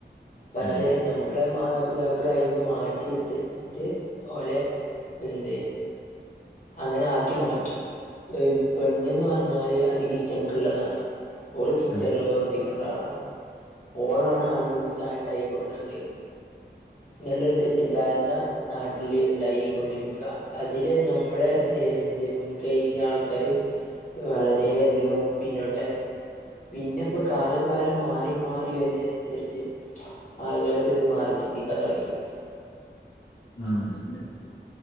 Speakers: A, on the left; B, on the left.
A: പഷെ
B: അതെ.
A: ഞമ്മളെ മാതാപിതാ ക്കള് അയ്ന്ന് മാറ്റിട്ത്ത്ട്ട് ഓലെ എന്ത് അങ്ങനാക്കി മാറ്റും എഹ് പെണ്ണ്ന്ന് പർഞ്ഞാല് അത് കിച്ചൺക്ക്ള്ളതാണ് ഓള് കിച്ചൺല്
B: അതെ.
A: പ്രവർത്തിക്കണ്ടാളാണ് ഓളാണ് ആണ്ങ്ങൾക്ക് ചായണ്ടാക്കി കൊട്ക്കണ്ടെ ന്ന്ള്ളൊരു തെറ്റിദ്ധാര്ണ നാട്ടില് ഇണ്ടായിക്കൊണ്ടിരിക്ക അതില് ഞമ്മളെ ഏ എന്ത് മുൻകയിഞ്ഞാൾക്കാര് വളരേ അധികം പിന്നോട്ട് പിന്നെ പ്പൊ കാലം കാലം മാറി മാറി വര്ണേനൻസ സര്ച്ച് ആള്കളൊക്കെത് മാറിച്ചിന്തിക്കാൻ തൊട്ങ്ങീക്ക്ണ്
B: ആ അതന്നെ